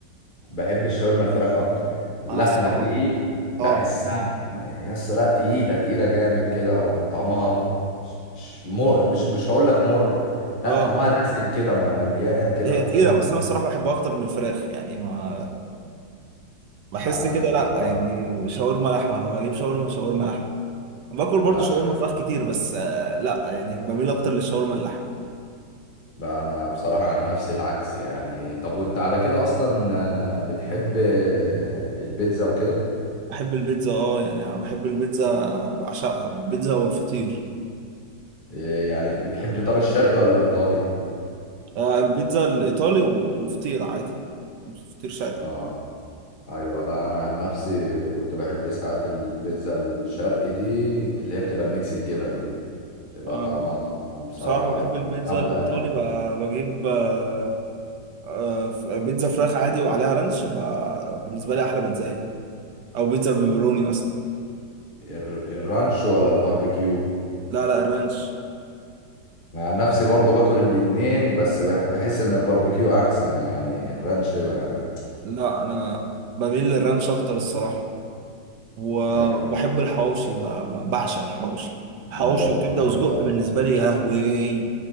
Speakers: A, on the left; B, on the right.
A: بحب الشاورما الفراخ اكتر اللحمه
B: انا الصراحه
A: دي بحسها
B: اه
A: يس لا تقيله تقيله جامد كده وطعمها مش مش مر مش مش هقول لك مر لا
B: اه
A: طعمها دسم كده م- مليان كده
B: هي تقيله
A: فاهم
B: بس انا الصراحه بحبها اكتر من الفراخ يعني ما بحس
A: انا
B: كده
A: لا
B: لا
A: بصراحه
B: يعني شاورما لحمه لو هجيب شاورما شاورما لحمه باكل برضو
A: لا
B: شاورما فراخ كتير بس آه لا يعني بميل اكتر للشاورما اللحم
A: لا انا بصراحة عن نفسي العكس يعني طب وانت على كده اصلا آه، بتحب آه، البيتزا وكده
B: بحب البيتزا اه يعني انا بحب البيتزا بعشقها البيتزا والفطير
A: آه، يعني بتحب طب الشرقي ولا الايطالي
B: آه البيتزا الايطالي وفطير عادي فطير شرقي
A: اه ايوه لا انا عن نفسي كنت بحب ساعات البيتزا الشرقي دي اللي هي بتبقى الميكس الجبن دي تبقى
B: آه.
A: طعمها آه، بصراحة
B: بصراحة بحب البيتزا
A: جامدة
B: الإيطالي
A: يعني
B: بقى بجيب آه، آه، ف- بيتزا فراخ عادي وعليها رانش بقى بالنسبة لي أحلى بيتزا يعني. أو بيتزا بيبروني مثلا
A: الر- الرانش ولا الباربيكيو
B: لا لا الرانش
A: مع نفسي برضو باكل الاتنين بس بح- بحس ان الباربيكيو احسن يعني الرانش بقى
B: لا أنا بميل للرانش أكتر الصراحة و-
A: ايوه
B: وبحب الحواوشي بقى ب- بعشق الحواوشي حواوشي
A: انا برضو
B: وكبدة
A: بحب
B: وسجق
A: الحوار
B: بالنسبة لي يا لهوي